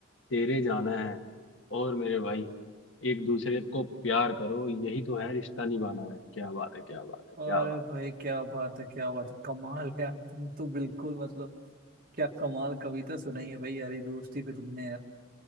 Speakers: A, on the left; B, on the right.
A: तेरे जाना है और मेरे भाई एक दूसरे को प्यार करो यही तो है रिश्ता निभाना है क्या बात है क्या बात है
B: अरे
A: क्या बात
B: भाई क्या बात है क्या बात है कमाल यार तुम तो बिल्कुल
A: है
B: मतलब क्या कमाल कविता सुनाई है भाई यार ये दोस्ती पे तुमने यार